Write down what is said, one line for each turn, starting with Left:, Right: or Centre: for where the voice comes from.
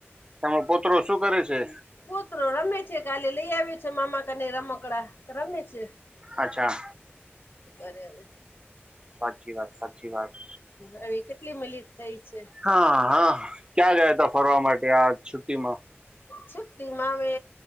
Right: તમારો પોત્રો શું કરે છે.
Left: પુત્ર રમે છે કાલે લઈ આવ્યો છે મામા કરને રમકડા રમે છે.
Right: અચ્છા
Left: અરેરે
Right: સાચી વાત સાચી વાત
Left: હવે કેટલી મિનિટ થઈ છે
Right: હા હા ક્યાં ગયા તા ફરવા માટે આ છુટ્ટીમાં
Left: છુટ્ટીમાં અમે